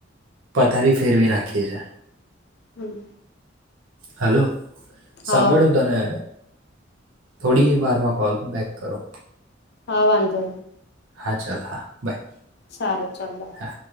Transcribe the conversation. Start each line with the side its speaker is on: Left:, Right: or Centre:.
Right: તારી ફેરવી નાખી છે.
Left: હમ્મ.
Right: હલો
Left: હા
Right: સાંભળું તને. થોડી વારમાં કોલ બૅક કરો.
Left: હ વાંધો.
Right: હા ચાલ હા બાય.
Left: સારૂ ચાલો
Right: હા